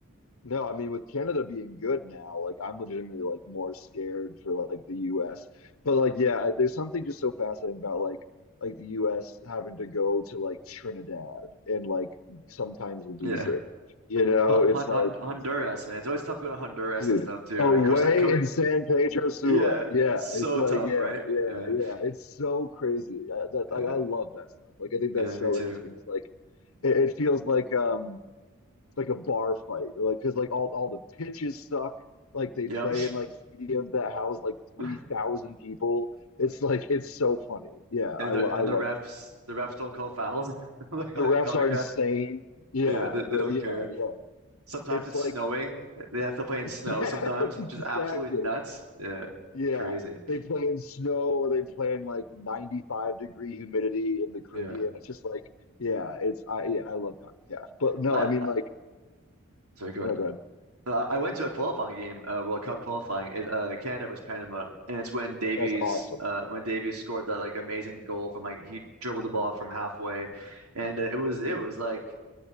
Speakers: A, on the left; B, on the right.
A: No, I mean with Canada being good now, like I'm legitimately like more scared for like the US. But like yeah, there's something just so fascinating about like like the US having to go to like Trinidad and like sometimes losing.
B: yeah.
A: You know,
B: Hon
A: it's
B: Hon
A: like
B: Hon- Honduras,
A: it's it,
B: man. It's always tough going to Honduras
A: dude,
B: and stuff too,
A: away
B: right? Costa, Co
A: in San Pedro Sula.
B: yeah,
A: Yeah,
B: it's so
A: it's like
B: tough,
A: yeah,
B: right?
A: yeah,
B: Yeah,
A: yeah. It's so crazy. Uh, that
B: yeah,
A: like I love that stuff. Like I think that's
B: yeah. Me
A: so
B: too.
A: interesting. It's like it, it feels like um like a bar fight, like because like all all the pitches suck. Like they
B: Yep.
A: play in like stadiums that house like three
B: <laughs>
A: thousand people. It's like it's so funny. Yeah,
B: And
A: I lo-
B: the
A: I
B: and
A: love
B: the refs,
A: it.
B: the refs don't call fouls <laughs> like in
A: The refs
B: CONCACAF.
A: are insane. Yeah,
B: Yeah, they, they
A: the
B: don't
A: yeah
B: care.
A: yeah.
B: Sometimes
A: It's
B: it's
A: like
B: snowing. They have to play in
A: <laughs> yeah,
B: snow sometimes,
A: exactly.
B: which is absolutely nuts. Yeah,
A: Yeah,
B: crazy.
A: they play in snow or they play in like ninety five degree humidity in the Caribbean.
B: Yeah.
A: It's just like yeah, it's I yeah I love CONCACAF. But no,
B: I,
A: I
B: I
A: mean like
B: sorry, go ahead.
A: oh go ahead.
B: Uh, I went to a qualifying game, uh, World Cup qualifying. It uh, Canada versus Panama, and it's when Davies,
A: that's awesome.
B: uh, when Davies scored that like amazing goal from like he dribbled the ball from halfway, and uh, it was it was like